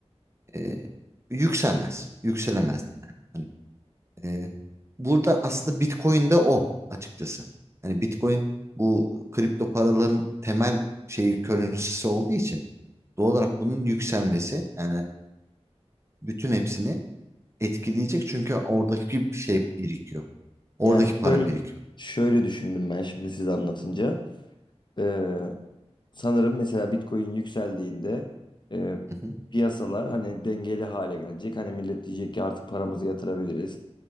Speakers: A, on the right (about 25°); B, on the left (about 45°).
A: e, yükselmez. Yükselemez de yani. Hani ee, burada aslında Bitcoin de o açıkçası. Hani Bitcoin bu kripto paraların temel şeyi currency'si olduğu için doğal olarak bunun yükselmesi e, bütün hepsini etkileyecek çünkü oradaki şey birikiyor. Oradaki
B: Yani
A: para
B: şöyle
A: birikiyor.
B: şöyle düşündüm ben şimdi size anlatınca. Ee, sanırım mesela Bitcoin yükseldiğinde e,
A: Hı hı.
B: piyasalar hani dengeli hale gelecek. Hani millet diyecek ki artık paramızı yatırabiliriz.